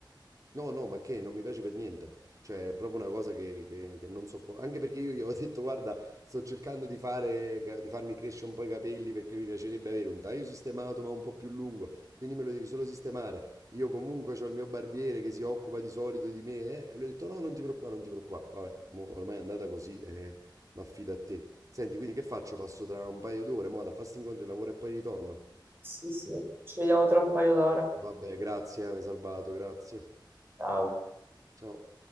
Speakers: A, on the right; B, on the right.
A: No, no, ma che non mi piace per niente. Cioè, è proprio una cosa che, che- che non sopporto. Anche perché io gli avevo detto, guarda, sto cercando di fare, di farmi crescere un po' i capelli perché mi piacerebbe avere un taglio sistemato ma un po' più lungo. Quindi me lo devi solo sistemare. Io comunque ho il mio barbiere che si occupa di solito di me. eh, E lui ha detto, no, non ti preoccupare, non ti preoccupare. Vabbè, mo ormai è andata così, eh, ma affida a te. Senti, quindi che faccio? Passo tra un paio d'ore, mo, da fare sti incontri, di lavoro e poi ritorno.
B: Sì, sì, ci vediamo tra un paio d'ore.
A: Vabbè, grazie, eh, mi hai salvato, grazie.
B: Ciao.
A: Ciao.